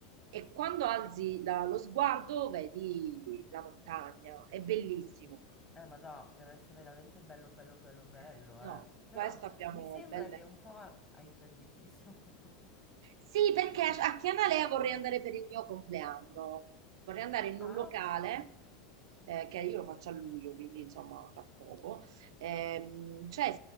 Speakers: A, on the right (about 75°); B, on the left (about 15°).
A: E quando alzi la lo sguardo vedi la montagna, è bellissimo.
B: Eh, ma no, deve essere veramente bello, bello, bello, bello,
A: Eh, no,
B: eh.
A: su
B: Però
A: questo abbiamo
B: mi sembra
A: belle
B: che un po' hai già deciso. <laughs>
A: Sì, perché a a Chianalea vorrei
B: Eh.
A: andare per il mio compleanno. Vorrei andare in
B: Ah,
A: un locale,
B: ok.
A: eh, che io lo faccio a luglio,
B: Mm,
A: quindi insomma fra poco. Ehm, c'è-